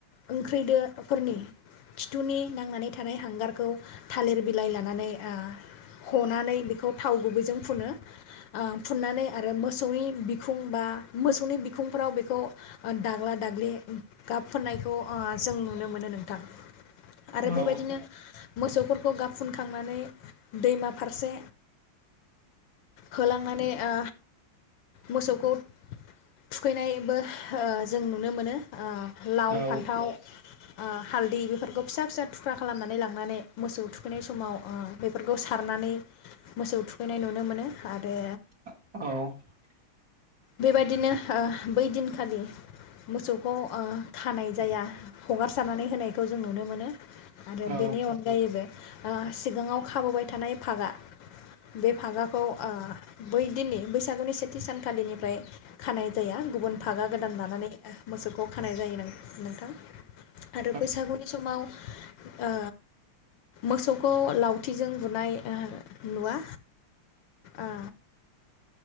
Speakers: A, on the left; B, on the right.
A: ओंख्रिदो। खिथुनि नांनानै थानाय हांगारखौ थालिर बिलाइ लानानै ओ हनानै बेखौ थाव गुबैजों फुनो ओ फुननानै आरो मोसौनि बिखुं बा मोसौनि बिखुंफ्राव बेखौ दाग्ला दाग्लि गाब फुननायखौ ओ जों नुनो मोनो नोंथां। आरो
B: औ
A: बेबायदिनो मोसौफोरखौ गाब फुनखांनानै दैमा फारसे होलांनानै ओ मोसौखौ थुखैनायबो ओ जों नुनो मोनो ओ लाव
B: औ
A: फान्थाव ओ हालदै बेफोरखौ फिसा फिसा थुख्रा खालामनानै लांनानै मोसौ थुखैनाय समाव ओ बेफोरखौ सारनानै मोसौ थुखैनाय नुनो मोनो आरो
B: औ
A: बेबायदिनो ओ बै दिनखालि मोसौखौ ओ खानाय जाया हगारसारनानै होनायखौ जों नुनो मोनो आरो
B: औ
A: बेनि अनगायैबो ओ सिगाङाव खाबोबाय थानाय फागा बे फागाखौ ओ बै दिननि बैसागुनि सेथि सानखालिनि फ्राय खानाय जाया गुबुन फागा गोदान लानानै मोसौखौ खानाय जायो नो नोंथां
B: औ
A: आरो बैसागुनि समाव ओ मोसौखौ लावथिजों बुनाय ओ नुवा ओ